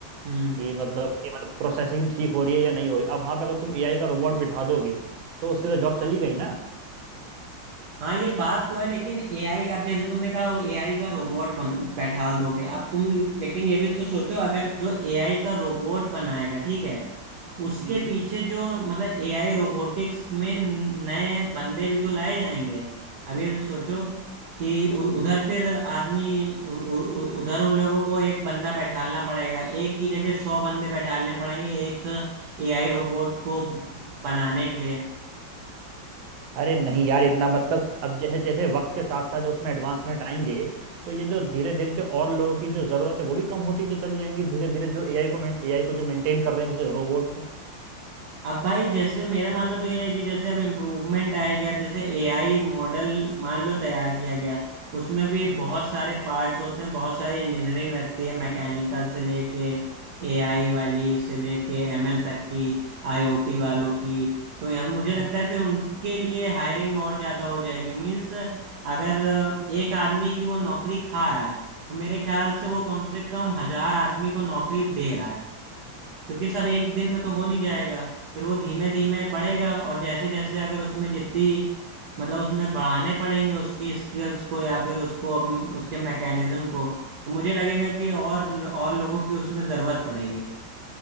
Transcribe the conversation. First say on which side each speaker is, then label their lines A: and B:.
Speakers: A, on the right (about 70°); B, on the right (about 85°).
A: हम्म
B: कि मतलब कि मतलब प्रोसेसिंग ठीक हो रही है या नहीं हो रही अब वहां पे अगर तुम एआई का रोबोट बिठा दोगे तो उसकी तो जॉब चली गई ना
A: हाँ ये बात तो है लेकिन एआई अब जैसे तुमने कहा एआई का रोबोट बन बैठाल दोगे अब तुम लेकिन ये भी तो सोचो अगर जो एआई का रोबोट बनाएगा ठीक है उसके
B: हम्म
A: पीछे जो मतलब एआई रोबोटिक्स में न- नए बंदे भी तो लाए जाएंगे अब ये सोचो कि उ-
B: हम्म।
A: उधर फिर आदमी उ, उ, उ, उधर उन लोगों को एक बंदा बैठालना पड़ेगा एक की जगह सौ बंदे बैठालने पड़ेंगे एक एआई रोबोट को ब- बनाने के लिए
B: अरे नहीं यार इतना मतलब अब जैसे जैसे वक्त के साथ साथ जब उसमें एडवांसमेंट आएंगे तो ये जो धीरे धीरे जो और लोगों की जो जरूरत है वो भी कम होती जो चली जाएंगी धीरे धीरे जो एआई को एआई को जो मेंटेन कर रहे हैं उसे रोबोट को
A: अब भाई जैसे मेरा मानना तो यह है कि जैसे अब इम्प्रूवमेंट आएगी अब जैसे एआई मॉडल मान लो तैयार किया गया उसमें भी
B: हम्म,
A: बहुत सारे पार्ट्स होते हैं बहुत सारी इंजीनियरिंग रखती है मैकेनिकल से लेके एआई वाली से लेके एमएल तक की आईओटी वालों
B: हम्म,
A: की तो हम मुझे
B: हम्म,
A: लगता है फिर उनके लिए हायरिंग और ज़्यादा हो जाएगी मीन्स अगर एक आदमी की वो नौकरी खा रहा है तो मेरे ख्याल से
B: हम्म।
A: वो कम से कम हजार आदमी को नौकरी दे रहा है क्योंकि सब एक दिन में तो हो नहीं जाएगा फिर वो धीमे धीमे बढ़ेगा और जैसे जैसे अगर उसमें जितनी मतलब उसमें बढ़ाने पड़ेंगे उसकी स्किल्स को या फिर उसको अम, उसके मैकेनिज्म को तो मुझे लगेगा कि और और लोगों की उसमें जरूरत पड़ेगी